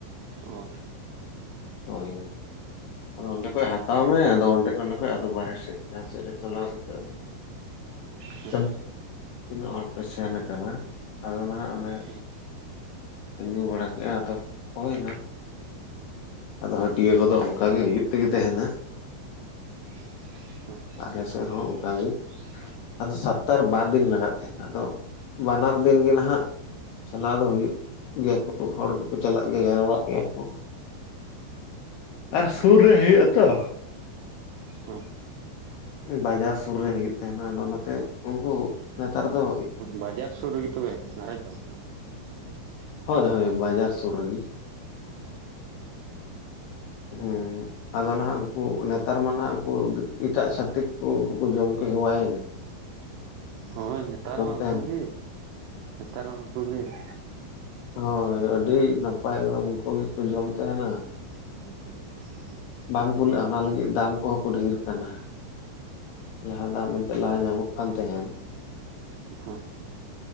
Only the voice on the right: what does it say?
ᱚ
ᱦᱮᱸ
ᱦᱮᱸ
ᱦᱮᱸ
ᱦᱮᱸ
ᱵᱟᱡᱟᱨ ᱥᱩᱨ ᱨᱮᱜᱮ ᱛᱚᱵᱮ ᱜᱷᱟᱨᱚᱡᱽ ᱫᱚ ᱾
ᱦᱳᱭ ᱱᱮᱛᱟᱨ ᱢᱟ
ᱩᱱᱠᱩ ᱜᱤ, ᱱᱮᱛᱟᱨ ᱢᱟ ᱩᱱᱠᱩ ᱜᱤ ᱾
<inaudible>
ᱦᱮᱸ